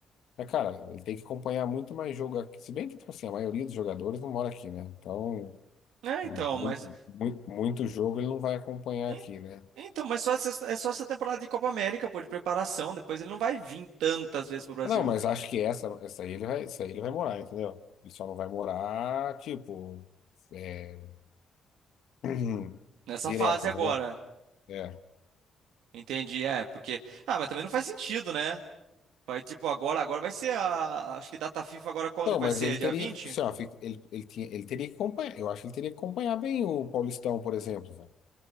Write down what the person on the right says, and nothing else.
É, então,
mas
en-
então, mas só essa, é só essa temporada de Copa América, pô, de preparação, depois ele não vai vir tantas vezes pro Brasil
nessa
fase agora.
Entendi, é, porque ah, mas também não faz sentido, né? Vai tipo agora, agora vai ser a acho que data FIFA agora quando
que
vai ser?
Dia 20.